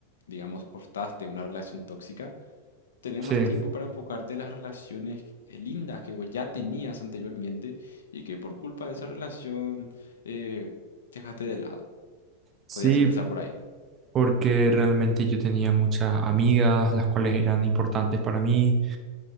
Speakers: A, on the left; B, on the right.
A: digamos, cortaste una relación tóxica, Tenés
B: Sí,
A: más tiempo para enfocarte en las relaciones eh, lindas que vos ya tenías anteriormente y que por culpa de esa relación eh, dejaste de lado.
B: sí,
A: podías empezar por ahí.
B: porque realmente yo tenía muchas amigas, las cuales eran importantes para mí,